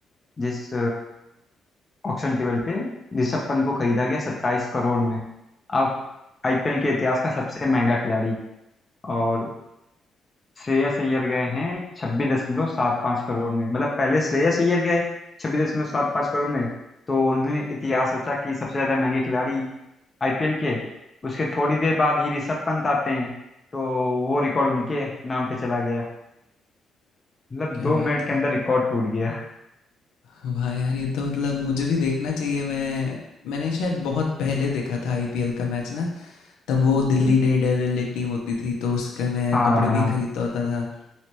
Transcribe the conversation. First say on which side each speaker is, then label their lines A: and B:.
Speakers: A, on the left; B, on the left.
A: जिस ऑक्शन टेबल पे ऋषभ पंत को खरीदा गया 27 करोड़ में अब आईपीएल के इतिहास का सबसे महंगा खिलाड़ी और श्रेयस अय्यर गए हैं छब्बीस दशमलव सात पाँच करोड़ में मतलब पहले श्रेयस अय्यर गए छब्बीस दशमलव सात पाँच करोड़ में तो उन्होंने इतिहास रचा कि सबसे ज़्यादा महंगे खिलाड़ी आईपीएल के उसके थोड़ी देर बाद ही ऋषभ पंत आते हैं तो वो रिकॉर्ड उनके नाम पे चला गया मतलब
B: क्या
A: दो
B: बात
A: मिनट
B: है।
A: के अंदर रिकॉर्ड टूट गया
B: वाह यार! ये तो मतलब मुझे भी देखना चाहिए। मैं मैंने शायद बहुत पहले देखा था आईपीएल का मैच ना, तब वो
A: <laughs>
B: दिल्ली
A: हम्म,
B: डेयरडेविल एक टीम होती थी, तो उसके मैं
A: हाँ
B: कपड़े
A: हाँ
B: भी खरीदता होता था।